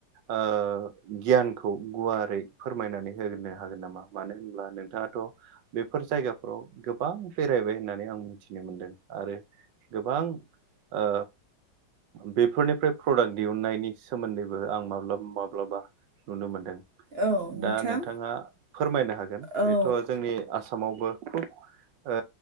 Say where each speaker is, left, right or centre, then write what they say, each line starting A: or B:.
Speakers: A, on the right; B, on the right.
A: ओ गियानखौ गुवारै फोरमायनानै हो हागोन नामा? मानो होनब्ला नोंथाङाथ' बेफोर जायगाफ्राव गोबां बेरायबाय होननाय होननानै आं मिथिनो मोनदों आरो गोबां ओ बेफोरनिफ्राय प्रडाक्ट दिहुननायनि सोमोन्दैबो आं माब्लाबा माब्लाबा नुनो मोन्दों।
B: औ नोंथां
A: दा नोंथाङा फोरमायनो हागोन
B: औ
A: बेथ' जोंनि आसामावबो ओ